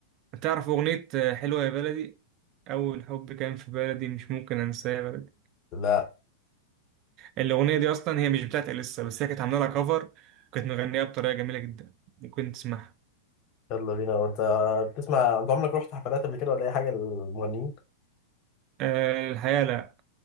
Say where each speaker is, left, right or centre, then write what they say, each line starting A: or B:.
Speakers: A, on the right; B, on the left.
A: تعرف أغنية آه، حلوة يا بلدي أول حب كان في بلدي مش ممكن أنساه يا بلدي
B: لا
A: الأغنية دي أصلا هي مش بتاعت إليسا بس هي كانت عاملة لها كفر وكانت مغنية بطريقة جميلة جدا ممكن تسمعها
B: يلا بينا وانت بتسمع انت عمرك رحت حفلات قبل كده ولا اي حاجه للمغنيين
A: آه، الحياة لا